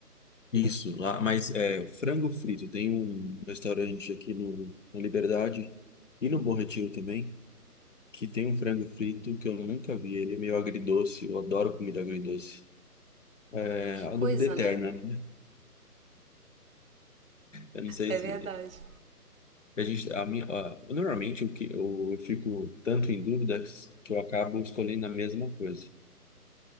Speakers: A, on the left (about 55°); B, on the right (about 60°).
A: Isso, lá, mas é frango frito. Tem um restaurante aqui no, na Liberdade e no Bom Retiro também, que tem um frango frito que eu nunca vi. Ele é meio agridoce, eu adoro comida agridoce. É
B: Que
A: a
B: coisa,
A: dúvida eterna,
B: né?
A: né? Eu não sei
B: É
A: se
B: verdade.
A: a gente, a minha, a- normalmente o que eu, eu fico tanto em dúvida que eu acabo escolhendo a mesma coisa,